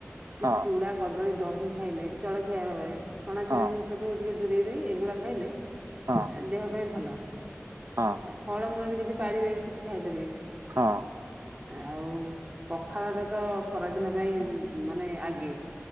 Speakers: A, on the right (about 30°); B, on the right (about 80°).
A: କି
B: ହଁ
A: ଚୁଡ଼ା, କଦଳୀ, ଦହି ଖାଇଲେ ଜଳଖିଆ ଭାବରେ, ଛଣାଛଣି
B: ହଁ
A: ଜିନିଷ ଠାରୁ ଟିକେ ଦୂରେଇ ରହି ଏଗୁଡ଼ା ଖାଇଲେ
B: ହଁ
A: ଦେହ ପାଇଁ ଭଲ।
B: ହଁ
A: ଆଉ ଫଳମୂଳ ବି ଯଦି ପାରିବେ କିଛି ଖାଇପାରିବେ।
B: ହଁ
A: ଆଉ ପଖାଳ ଟା ତ ଖରାଦିନ ପାଇଁ ମାନେ ଆଗେ।